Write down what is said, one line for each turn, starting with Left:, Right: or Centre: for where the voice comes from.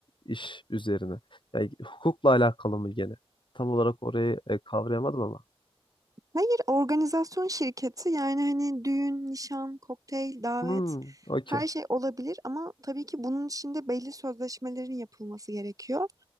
Left: iş üzerine? Yani hukukla alakalı mı gene? Tam olarak orayı e, kavrayamadım ama.
Right: Hayır, organizasyon şirketi yani hani düğün, nişan, kokteyl, davet
Left: Hmm, okey.
Right: her şey olabilir ama tabii ki bunun içinde belli sözleşmelerin yapılması gerekiyor.